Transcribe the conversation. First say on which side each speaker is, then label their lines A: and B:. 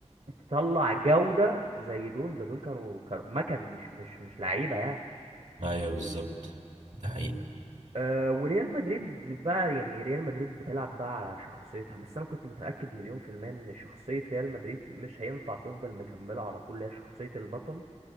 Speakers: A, on the right; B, on the right.
A: تطلع جوده زي دول ده دول كانوا كانوا مكن مش مش مش لعيبه يعني
B: أيوه بالظبط ده حقيقة
A: آه وريال مدريد بقى يعني ريال مدريد بتلعب بقى على شخصيتها بس انا كنت متأكد مليون في المية ان شخصية ريال مدريد مش هينفع تفضل مكملة على طول اللي هي شخصية البطل